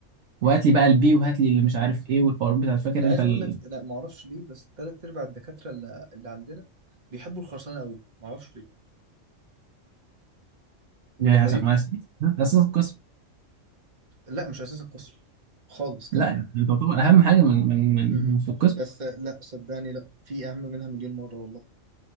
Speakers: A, on the right (about 65°); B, on the right (about 35°).
A: وهات لي بقى البي وهات لي اللي مش عارف ايه والحوارات بتاعت فاكر
B: انا عايز
A: انت ال...
B: اقول لك لا ما اعرفش ليه بس ثلاث ارباع الدكاتره اللي, اللي عندنا بيحبوا الخرسانه قوي ما اعرفش ليه ولما
A: يعني عشان-
B: بيجوا
A: عشان- اساس القسم
B: لا مش اساس القسم خالص كمان
A: لا انت تعتبر اهم حاجه من من
B: مم.
A: من في القسم
B: بس لا صدقني لا في اهم منها مليون مره والله